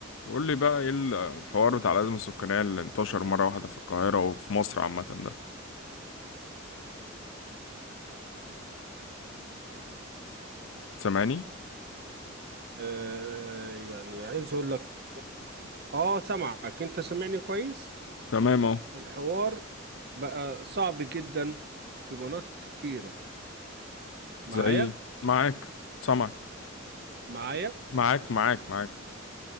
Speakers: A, on the left; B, on the right.
A: قول لي بقى ايه الحوار بتاع الأزمة السكانية اللي انتشر مرة واحدة في القاهرة وفي مصر عامة ده سامعني
B: آه، يعني عايز اقول لك اه سامعك انت سامعني كويس
A: تمام اهو
B: الحوار بقى صعب جدا في مناطق كتيرة معايا
A: زي معاك سامعك
B: معايا
A: معاك معاك معاك